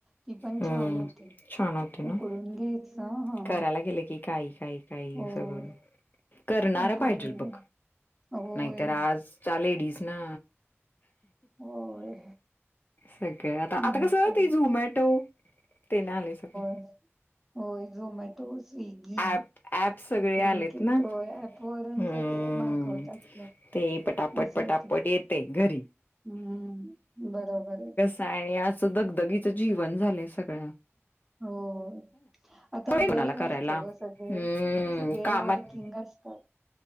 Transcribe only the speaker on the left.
हम्म.
छान होते ना
करायला गेलं की, काही काही काही
सगळं. करणार
पाहिजे
बघ
नाहीतर आज. च्या लेडीज ना
सगळ्यात. आता
कसं
ते झोमॅटो तेन आले सगळं.
ऍप ऍप सगळे
आलेत ना.
हम्म.
ते पटापट
पटापट
येते घरी.
काय असं दगदगीचं जीवन झालंय सगळ.
कोणाला
करायला हम्म
कामात